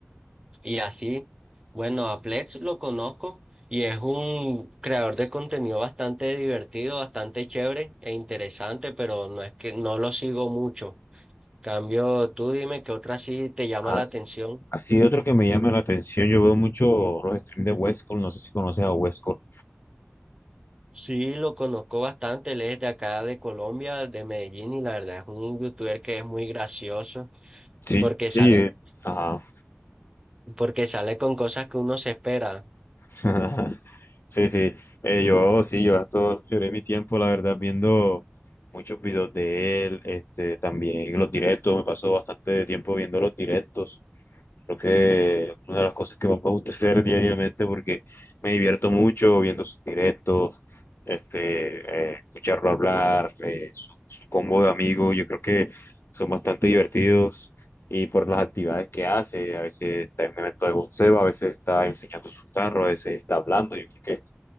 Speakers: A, on the right; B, on the left.
A: y así. Bueno, a Plex lo conozco y es un creador de contenido bastante divertido, bastante chévere e interesante, pero no es que no lo sigo mucho. Cambio, tú dime qué otra sí te llama
B: As-
A: la atención.
B: Así otro que me llama la atención, yo veo mucho los streams de Westcol, no sé si conoces a Westcol.
A: Sí, lo conozco bastante, él es de acá de Colombia, de Medellín, y la verdad es un youtuber que es muy gracioso
B: Sí,
A: porque
B: sí,
A: sale,
B: eh, ajá.
A: porque sale con cosas que uno se espera.
B: <laughs> Sí, sí, Eh, yo sí, yo gasto, lloré mi tiempo, la verdad, viendo muchos videos de él, este, también los directos, me pasó bastante tiempo viendo los directos, creo que una de las cosas que más me gusta hacer <laughs> diariamente porque me divierto mucho viendo sus directos, este, eh, escucharlo hablar, eh, su, su combo de amigos, yo creo que son bastante divertidos, y por las actividades que hace. A veces está en un evento de boxeo, a veces está enseñando sus carros, a veces está hablando. Yo creo que